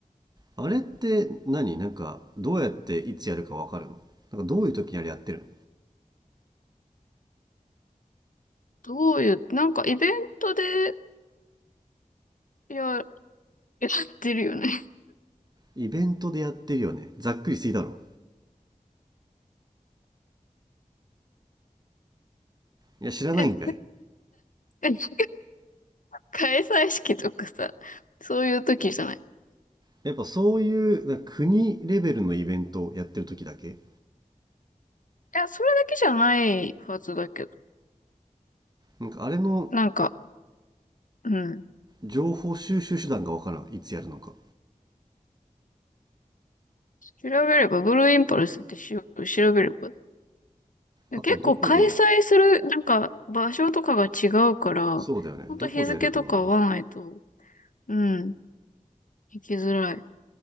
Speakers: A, on the right; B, on the left.
A: あれって何なんか、どうやっていつやるかわかるのなんかどういう時にあれやってるの
B: どういう、なんかイベントでや、やってるよね。
A: イベントでやってるよね。ざっくりすぎだろ。いや、知らないんかい。
B: <laughs> えな、えなんか開催式とかさ、そういう時じゃない。い
A: やっぱそういう、なんか国レベルのイベントやってる時だけ
B: や、それだけじゃないはずだけど。
A: なんかあれの
B: なんか、うん。
A: 情報収集手段がわからん。いつやるのか。
B: 調べれば、ブルーインパルスってし、調べれば。
A: あと、
B: 結構開催する、
A: どこでや、
B: なんか、場所とかが違うから、
A: そうだよね。
B: ほんと日付とか合わないと、
A: どこでやるかがね。
B: うん、行きづらい。